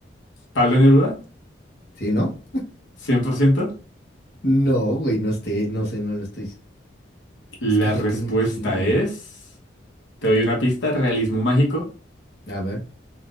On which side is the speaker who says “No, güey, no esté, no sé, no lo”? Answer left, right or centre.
Left